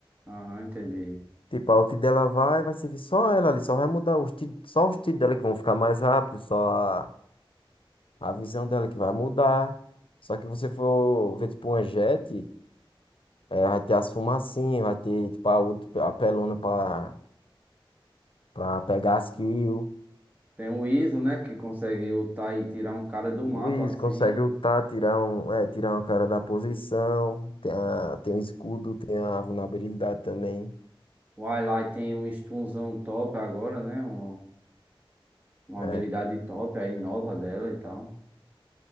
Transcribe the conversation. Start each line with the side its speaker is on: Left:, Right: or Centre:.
Right: Aham, entendi.
Left: Tipo, a ult dela vai, vai servir só ela ali, só vai mudar os tiros, só os tiros dela que vão ficar mais rápidos, só a, a visão dela que vai mudar. Só que você for ver, tipo, uma jet. É, vai ter as fumacinhas, vai ter tipo, a, outra- a pelona pra, pra pegar as kills.
Right: Tem o Iso, né, que consegue ultar e tirar um cara do
Left: O
Right: mapa,
Left: Luiz
Right: assim...
Left: consegue ultar, tirar um, é, tirar um cara da posição. Tem, a, tem o escudo, tem a vulnerabilidade também.
Right: O Highlight tem um stunzão top agora, né? Uma, uma
Left: É,
Right: habilidade top aí, nova dela e tal.